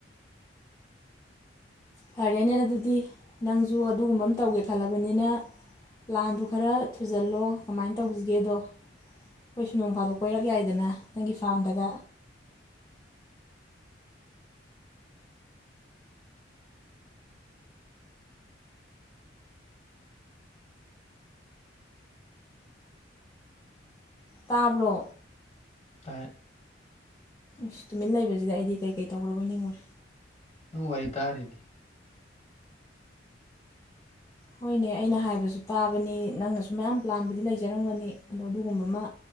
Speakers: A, on the left (about 20°); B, on the left (about 35°).
A: ꯐꯔꯦꯅꯦ ꯑꯗꯨꯗꯤ ꯅꯪꯁꯨ ꯑꯗꯨꯒꯨꯝꯕ ꯑꯃ ꯇꯧꯒꯦ ꯈꯜꯂꯕꯅꯤꯅ ꯄ꯭ꯂꯥꯟꯗꯨ ꯈꯔ ꯊꯨꯖꯜꯂꯣ ꯀꯃꯥꯏꯅ ꯇꯧꯁꯤꯒꯦꯗꯣ ꯑꯩꯈꯣꯏꯁꯨ ꯅꯣꯡ ꯐꯥꯗꯣꯛ ꯀꯣꯏꯔꯛ ꯌꯥꯏꯗꯅ ꯅꯪꯒꯤ ꯐꯥꯔꯝꯗꯗ ꯇꯥꯕ꯭ꯔꯣ
B: ꯇꯥꯏ
A: ꯏꯁꯁ ꯇꯨꯃꯤꯟ ꯂꯩꯕꯁꯤꯗ ꯑꯩꯗꯤ ꯀꯩꯀꯩ ꯇꯧꯔꯕꯣꯏ ꯅꯤꯡꯉꯨꯔ
B: ꯍ ꯋꯥꯔꯤ ꯋꯥꯔꯤ ꯇꯥꯔꯤꯅꯤ
A: ꯍꯣꯏꯅꯦ ꯑꯩꯅ ꯍꯥꯏꯕꯁꯨ ꯇꯥꯕꯅꯤ ꯅꯪꯅꯁꯨ ꯃꯌꯥꯝ ꯄ꯭ꯂꯥꯟꯕꯕꯨꯗꯤ ꯂꯩꯖꯔꯝꯒꯅꯤ ꯑꯗꯣ ꯑꯗꯨꯒꯨꯝꯕ ꯑꯃ